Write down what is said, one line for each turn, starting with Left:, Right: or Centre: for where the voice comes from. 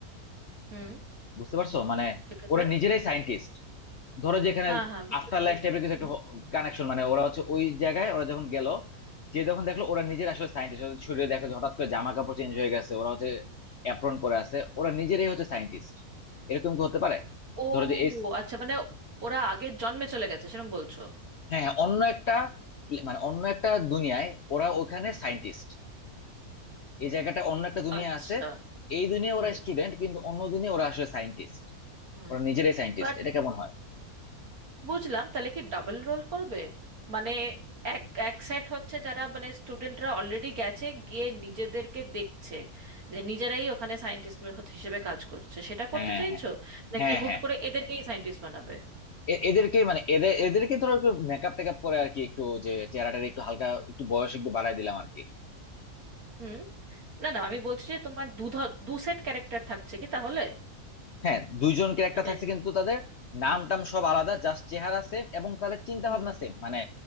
Right: হুম
Left: বুঝতে পারছো মানে
Right: ঠিক আছে
Left: ওরা নিজেরাই সায়েন্টিস্ট ধরো যেখানে
Right: হ্যাঁ হ্যাঁ বুঝতে
Left: আফটার
Right: পেরেছি
Left: লাইফ টাইপের কিছু
Right: হুম।
Left: একটা কানেকশন মানে ওরা হচ্ছে ওই জায়গায় ওরা যখন গেল যে যখন দেখলো ওরা নিজের আসলে সায়েন্টিস্ট শরীরে দেখো যে হঠাৎ করে জামা কাপড় চেঞ্জ হয়ে গেছে ওরা হচ্ছে অ্যাপ্রন পরে আছে ওরা নিজেরাই হচ্ছে সায়েন্টিস্ট এরকম কি হতে পারে
Right: ও
Left: ধরো যে এই
Right: আচ্ছা মানে ওরা আগের জন্মে চলে গেছে সেরকম বলছো
Left: হ্যাঁ হ্যাঁ অন্য একটা প্লে- মানে অন্য একটা দুনিয়ায় ওরা ওখানে সায়েন্টিস্ট এই জায়গাটা অন্য একটা দুনিয়া
Right: আচ্ছা
Left: আছে এই দুনিয়া
Right: হুম
Left: ওরা স্টুডেন্ট কিন্তু অন্য দুনিয়া ওরা আসলে সায়েন্টিস্ট
Right: হুম
Left: ওরা নিজেরাই সায়েন্টিস্ট
Right: বাট
Left: এটা কেমন হয়
Right: বুঝলাম তাহলে কি ডাবল রোল করবে মানে এক এক সেট হচ্ছে যারা মানে স্টুডেন্টরা অলরেডি গেছে গিয়ে নিজেদেরকে দেখছে যে নিজেরাই ওখানে সায়েন্টিস্ট হিসেবে কাজ করছে সেটা করতে
Left: হ্যাঁ
Right: চাইছো
Left: হ্যাঁ
Right: নাকি
Left: হ্যাঁ
Right: হুট
Left: হ্যাঁ
Right: করে এদেরকেই সায়েন্টিস্ট বানাবে
Left: এ- এদেরকে মানে এদের এদেরকে ধরো একটু মেকআপ টেকআপ করে আর কি একটু যে চেহারাটা একটু হালকা একটু বয়স একটু বাড়ায় দিলাম আর কি
Right: হুম না না আমি বলছি যে তোমার দু ধ- দু সেট ক্যারেক্টার থাকছে কি তাহলে
Left: হ্যাঁ দুইজন ক্যারেক্টার
Right: মানে
Left: থাকছে কিন্তু তাদের নাম টাম সব আলাদা জাস্ট চেহারা সেম এবং তাদের চিন্তা
Right: হুম
Left: ভাবনা সেম মানে